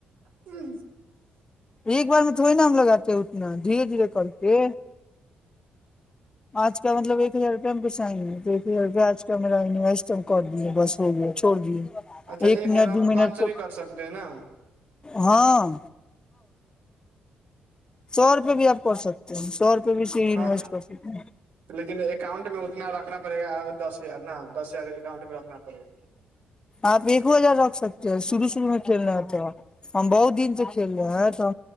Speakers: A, on the right; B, on the left.
A: ہی
B: ایک بار میں تھوڑی نام لگاتے اتنا دھیرے دھیرے کر کے آج کا مطلب ایک ہزار روپ ہم پیساہ ہیں تو ایک ہزار روپئے آج کیامجتم کر دیے بس ہو گیا چھوڑ دییے
A: اچھا یہ
B: ایک
A: کہہ
B: منٹ
A: رہا ہوں
B: دو منٹ
A: پانچ سو بھی کر سکتے ہیں نا
B: ہاں سو روپے بھی آپ کر سکتے ہیں سو روپئے بھی سی
A: ہاں
B: انویسٹ کر سکتے ہیں
A: لیکن اکاؤنٹ میں اتنا رکھنا پڑے گا دس ہزار ن دس ہزار اکاؤنٹ میں رکھنا پڑے گا
B: آپ ایک ہزار رکھ سکتے ہیں شرو شروع میں کھیلنے ہوتے ہیںپ ہم بہت دن سے کھیل رہے ہیں تو